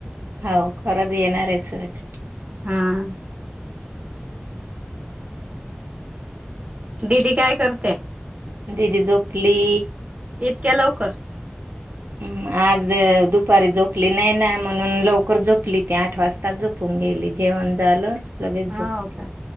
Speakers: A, on the right (about 65°); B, on the right (about 35°).
A: हो खरंच येणार आहे सुरेखा.
B: हा. दिदी काय कर
A: <inaudible> दिदी झोपली
B: इतक्या लवकर?
A: हम्म, आज दुप दुपारी झोपली नाही ना, म्हणून लवकर झोपली ती, आठ वाजता झोपून गेली, जेवण झालं? लगेच
B: हा,
A: झोपली.
B: हो का